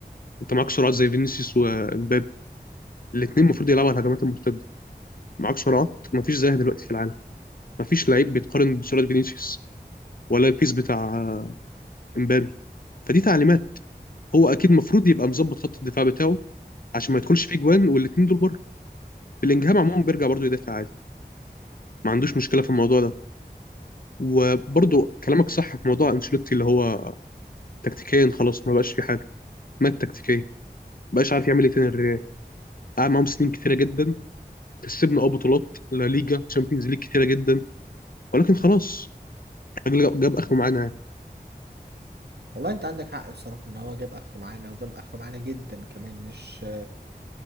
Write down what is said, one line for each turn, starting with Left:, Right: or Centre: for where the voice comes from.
Left: انت معاك سرعات زي فينيسيوس ومبابي الاثنين المفروض يلعبوا على الهجمات المرتده معاك سرعات ما فيش زيها دلوقتي في العالم مفيش لعيب بيتقارن بسرعه فينيسيوس ولا البيس بتاع امبابي فدي تعليمات هو اكيد المفروض يبقى مظبط خط الدفاع بتاعه عشان ما يدخلش فيه جوان والاثنين دول بره بلينجهام عموما بيرجع برضه يدافع عادي ما عندوش مشكله في الموضوع ده وبرضه كلامك صح في موضوع انشيلوتي اللي هو تكتيكيا خلاص ما بقاش في حاجه مات تكتيكيا ما بقاش عارف يعمل ايه تاني الريال قعد معاهم سنين كتيره جدا كسبنا اه بطولات لا ليجا تشامبيونز ليج كتيره جدا ولكن خلاص الراجل جاب اخره معانا يعني
Right: والله انت عندك حق بصراحة ان هو جاب اخره معانا وجاب اخره معانا جدا كمان مش